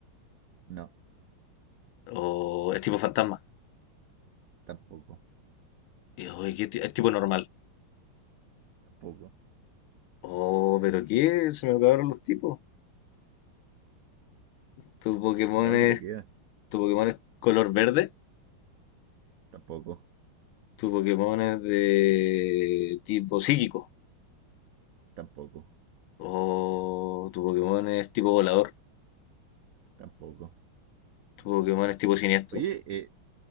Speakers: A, on the right (about 70°); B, on the left (about 85°).
A: no,
B: ¿O es tipo fantasma?
A: tampoco,
B: Y, oye, ¿qué ti- es tipo normal?
A: tampoco.
B: Oh, ¿pero qué? Se me acabaron los tipos. Tu Pokémon
A: No,
B: es,
A: si te quedan,
B: tu Pokémon es color verde.
A: tampoco,
B: Tu Pokémon es de tipo psíquico.
A: tampoco,
B: O tu Pokémon es tipo volador.
A: tampoco.
B: Tu Pokémon es tipo siniestro.
A: Oye, eh,